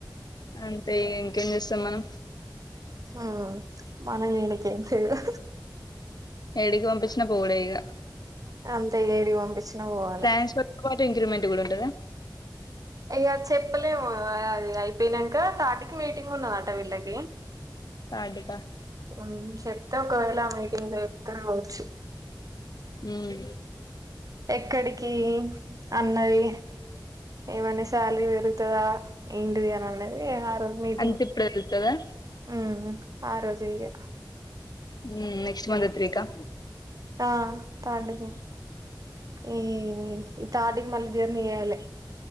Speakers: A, on the left; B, on the right.
A: అంతే ఇంకేం చేస్తాం మనం.
B: హ్ మనం చేయనికి ఎంలేదు.
A: ఏడికి వంపిచ్చినా పోవుడే ఇగా.
B: అంతే ఏడికి పంపిచ్చినా వోవాలె.
A: ట్రాన్స్ఫర్ <unintelligible> ఇంక్రిమెంట్ కూడా ఉంటదా.
B: ఇగ చెప్పలేము అది అయిపోయినాంక థార్ట్కి మీటింగ్ ఉన్నదట వీళ్ళకి.
A: థర్డ్కా
B: హుహ్ చెప్ త్తే ఒకవేళ ఆమీటింగ్లో చెప్తరు కావచ్చు.
A: హ్మ్
B: ఎక్కడికి అన్నది ఏమన్నా సాలరీ పెరుగు తదా ఏంటిది అని అన్నది ఆ రోజు మీటింగ్
A: అంత ఇప్పుడే తెలుత్తదా
B: హ్ ఆ రోజే ఇగా.
A: హ్ నెక్స్ట్ మంత్ త్రీకా.
B: ఆ థార్డుకు ఈ థార్థ్ కు మళ్ళీ జర్నీ చేయ్యాలె.